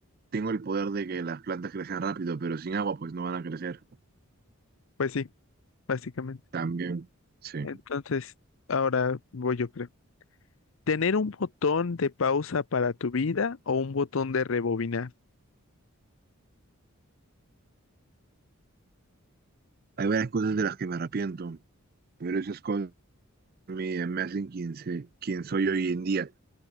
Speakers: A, on the right; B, on the left.
A: tengo el poder de que las plantas crezcan rápido, pero sin agua pues no van a crecer.
B: Pues sí, básicamente.
A: También, sí.
B: Entonces, ahora voy yo, creo. Tener un botón de pausa para tu vida o un botón de rebobinar.
A: Hay varias cosas de las que me arrepiento, pero esas cosas me, me hacen quien, se, quien soy hoy en día.